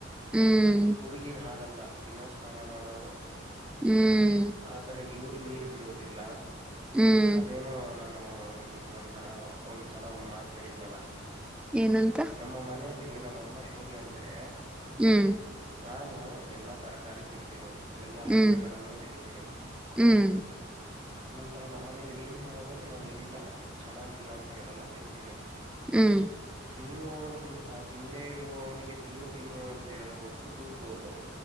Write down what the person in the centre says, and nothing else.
ಹ್ಮ್.
ಹ್ಮ್
ಹ್ಮ್
ಏನಂತ.
ಹ್ಮ್,
ಹ್ಮ್
ಹ್ಮ್
ಹ್ಮ್,